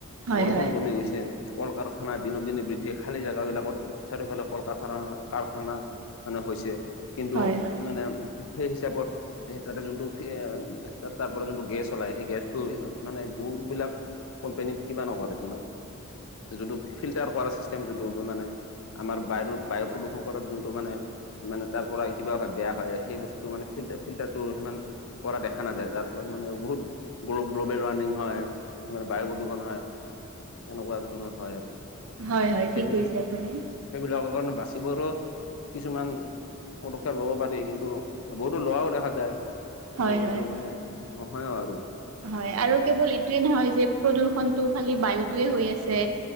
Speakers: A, on the right; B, on the left.
A: হয়
B: বৰষুণ
A: হয়
B: কমি গৈছে। কল-কাৰখানা দিনক দিনে বৃদ্ধি। খালী জেগাবিলাকত চাৰিওফালে কল-কাৰখানা। কাৰখানা - মানে হৈছে। কিন্তু
A: হয় হয়
B: মানে, সেই হিচাপত - সেই তাতে যোনটো পি' আ', তাত তাৰ পৰা যোনটো গেছ ওলাই, সেই গেছটো মানে বহুতবিলাক - কোম্পানীত কিবা নকৰে তোমাৰ, যোনটো ফিল্টাৰ কৰা চিষ্টেম যোনটো মানে, - আমাৰ বায়ুৰু, বায়ু প্ৰদূষণ কৰাত যোনটো মানে - মানে তাৰ পৰাই কিবা হয়, বেয়া হয়। সেই বস্তুটো মানে ফিল্টা, ফিল্টাৰটো সিমান - পৰা দেখা নাযায়। যাৰ ফলত মানে, বহুত গ্ল-গ্ল'বেল ৱাৰ্মিং হয়, মানে বায়ু প্ৰদূষণ হয়। এনেকুৱা ধৰণৰ হয় আৰু।
A: হয় হয়,
B: সেইবিলাক
A: ঠিক কৈছে আপুনি।
B: সেইবিলাকৰ কাৰণে বাচিবৰো কিছুমান- পদক্ষেপ ল'ব পাৰি কিন্তু, বহুতো ল'ৰাও দেখা যায়। এতিয়া
A: হয়
B: কিন্তু
A: হয়
B: মানে, নহয়ও আৰু।
A: হয়। আৰু কেৱল এইটোৱে নহয় যে, প্ৰদূষণটো খালি বায়ুটোৱে হৈ আছে।